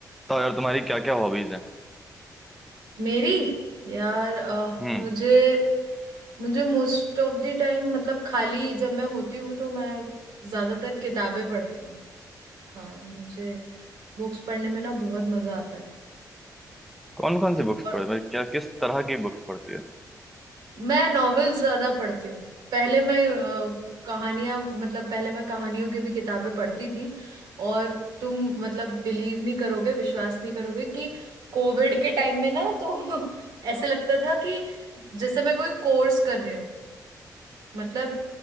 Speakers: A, in the centre; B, on the right (about 80°).
A: बताओ यार तुम्हारी क्या क्या हॉबीज है
B: मेरी यार अ,
A: हम्म
B: मुझे मुझे मोस्ट ऑफ द टाइम मतलब खाली जब मैं होती हूँ तो मैं ज्यादातर किताबें पढ़ती हूँ हाँ मुझे बुक्स पढ़ने में ना बहुत मजा आता है
A: कौन कौन सी बुक्स
B: और
A: पढ़ मतलब क्या किस तरह की बुक्स पढ़ती हो
B: मैं नॉवेल्स ज्यादा पढ़ती हूँ पहले मैं अ, कहानियां मतलब पहले मैं कहानियों की भी किताबें पढ़ती थी और तुम मतलब बिलीव नहीं करोगे विश्वास नहीं करोगे कि कोविड के टाइम में ना तो <laughs> ऐसे लगता था कि जैसे मैं कोई कोर्स कर रही हूँ मतलब